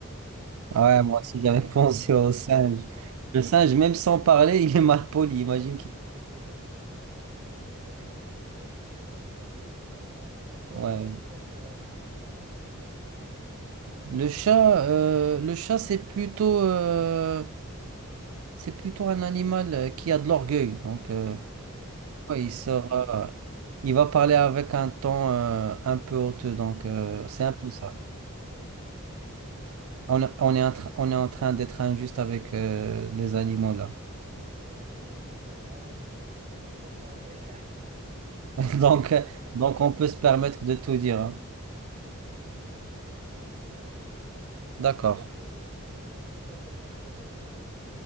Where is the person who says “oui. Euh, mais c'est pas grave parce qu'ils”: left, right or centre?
Right